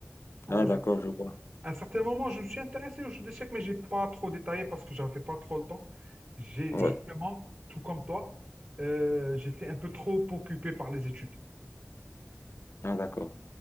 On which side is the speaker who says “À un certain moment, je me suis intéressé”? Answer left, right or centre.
Right